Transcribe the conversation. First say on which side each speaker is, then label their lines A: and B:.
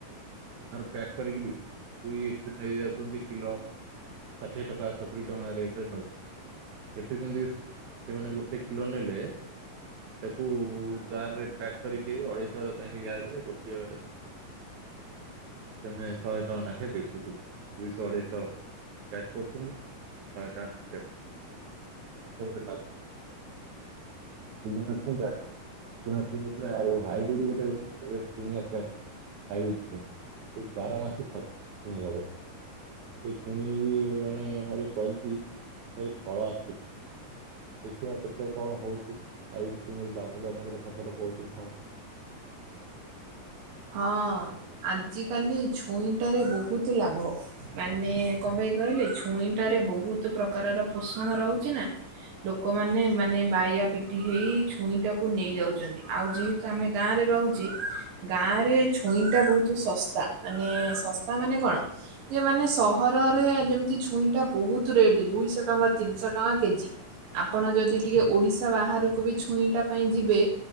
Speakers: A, on the right; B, on the right.
A: ପ୍ୟାକ୍ କରିକି ବିକୁଛୁଇଁଏଠି ନେଇ ଯାଉଛନ୍ତି। କିଲୋ ଷାଠିଏ ଟଙ୍କା ସତୁରି ଟଙ୍କା ରେଟରେ ନଉ ଏଠୁ କିନ୍ତି ସେମାନେ ଗୋଟେ କିଲୋ ନେଲେ ତାକୁ ଜାରରେ ପ୍ୟାକ୍ କରିକି ଅଢେଇଶ ଲାଖେ ଜାରରେ ଗୋଟିଏ ଢମେ ଶହେ ଟାଙ୍କ ଲାଖେ ବିକୁଥିଲି। ଅଢେଇଶ ପ୍ୟାକ କରୁଛନ୍ତି ଶହେ ଟଙ୍ଗା ନାଖେ <unintelligible> ଯେଉଁଠି ଲାଭ ଜନକ ଫସଲ ସୁଜୁନା ଛୁଇଁଟା। ହିମାସ୍ତ୍ରୀ କହୁଥିଲେ ହାଇ ହାଇବିଡ଼ି ଗୋଟେ। ଏବେ ଛୁଇଁ ଆସିଲାଣି ହାଇବିଡି ଛୁଇଁବାର ମାସ ଛୁଇ ହବ। ସେ ଛୁଇଁ ବି ଜଣେ ଆମରେ କରିଚି ତାରେ ଫଳ ଆସିନି। ଦେଖିବା କେତେ କଣ ହଉଛି ଆଉ ଛୁଇଁ ଲାଭଜନକ ଫସଲ କହୁଥିଲେ ସମ
B: ହଁ ଆଜିକାଲି ଛୁଇଁଟାରେ ବହୁତ ଲାଭ। ମାନେ କଣ ପାଇଁ କହିଲେ ଛୁଇଁଟାରେ ବହୁତ ପ୍ରକାରର ପୋଷଣ ରହୁଛି ନା। ଲୋକମାନେ ମାନେ ବାଇଆ ପିଟି ହେଇ ଛୁଇଁ ଟାକୁ ନେଇ ଯାଉଛନ୍ତି ଆଉ ଯେହେ ତ ଆମେ ଗାଁରେ ରହୁଚେ। ଗାଁ ରେ ଛୁଇଁ ଟା ବହୁତୁ ଶସ୍ତା ମାନେ ଶସ୍ତା ମାନେ କଣ? ଇଏ ମାନେ ସହରରେ ଯେମିତି ଛୁଇଁ ଟା ବହୁତ ରେଟ ଦୁଇଶ ଟଙ୍କା ତିନିଶ ଟଙ୍କା କେ ଜି ଆପଣ ଯଦି ଟିକେ ଓଡିଶା ବାହାରକୁ ବି ଛୁଇଁଟା ପାଇଁ ଯିବେ